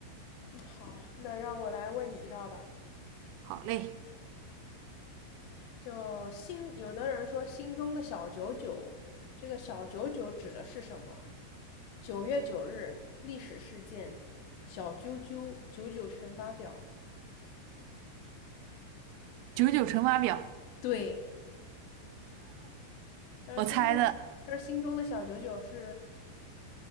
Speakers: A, on the left (about 75°); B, on the right (about 85°).
A: 嗯，好，那让我来问你一道吧。
B: 好嘞，
A: 就心，有的人说心中的小九九，这个小九九指的是什么？九月九日历史事件，小啾啾九九乘法表。
B: 九九乘法表，
A: 对，他说心中，
B: 我猜的。
A: 他说心中的小九九是，呃，